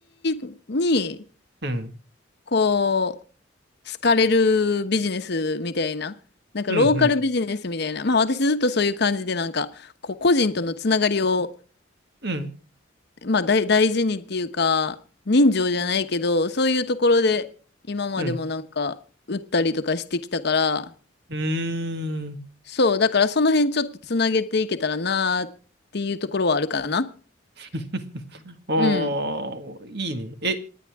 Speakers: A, on the left; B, on the right.
A: ィに、
B: うん、
A: こう、好かれるビジネスみたいな。なんかローカルビジネスみたいな。
B: うん、うん、
A: まあ私ずっとそういう感じでなんか、こう個人とのつながりを、
B: うん、
A: まあ大、大事にっていうか、人情じゃないけど、そういうところで今までもなんか、
B: うん、
A: 打ったりとかしてきたから、
B: うん。
A: そう、だからその辺ちょっとつなげていけたらなーっていうところはあるかな。
B: <laughs> おあいいね。
A: うん。
B: え、